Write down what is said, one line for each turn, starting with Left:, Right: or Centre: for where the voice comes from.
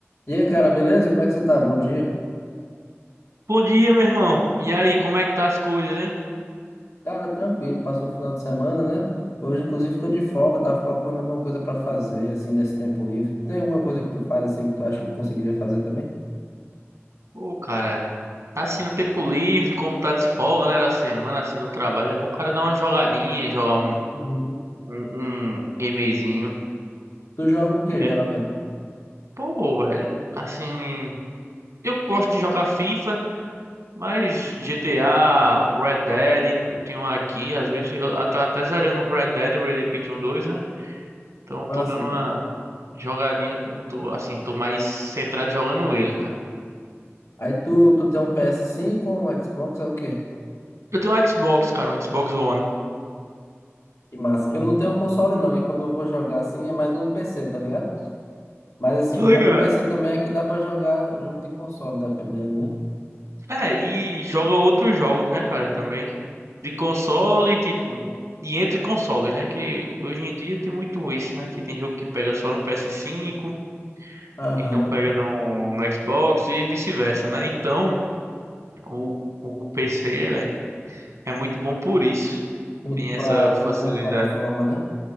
Left: E aí, cara, beleza? Como é que você tá? Bom dia.
Right: Bom dia, meu irmão. E aí, como é que tá as coisas, hein?
Left: Cara, tranquilo, passou o final de semana, né? Hoje, inclusive, tô de folga, tava procurando alguma coisa pra fazer, assim, nesse tempo livre. Tem alguma coisa que tu faz, assim, que tu acha que eu conseguiria fazer também?
Right: Pô, cara, tá assim no tempo livre, como tá de folga, né, da semana, assim, do trabalho, é bom o cara dar uma jogadinha, jogar um,
Left: Uhum.
Right: um, um gamezinho.
Left: Tu joga o quê,
Right: Que
Left: geralmente?
Right: é que- pô, velho, assim, eu gosto de jogar FIFA, mas GTA, Red Dead, eu tenho um aqui, às vezes eu tô até zerando o Red Dead Redemption 2, né? Então tô
Left: Massa,
Right: dando
Left: velho.
Right: uma jogadinha, com- tô, assim, tô mais centrado jogando ele, cara.
Left: Aí tu, tu tem um ps cinco ou um Xbox, é o quê?
Right: Eu tenho um Xbox, cara, um Xbox One.
Left: Que massa. Eu não tenho console, não. E quando eu vou jogar, assim, é mais no PC, tá ligado? Mas, assim,
Right: Tô
Left: o bom
Right: ligado.
Left: do PC também é que dá pra jogar jogo de console, dependendo, né?
Right: É, e joga outros jogos, né, cara, também. De console, tipo. E entre consoles, né? Que hoje em dia tem muito isso, né? Que tem jogo que pega só no PS5,
Left: Aham.
Right: eles não pegam no, no Xbox e vice-versa, né? Então, o, o PC, velho, é muito bom por isso.
Left: Uhum.
Right: Tem
Left: Pra
Right: essa
Left: jogo
Right: facilidade.
Left: multiplataforma, né?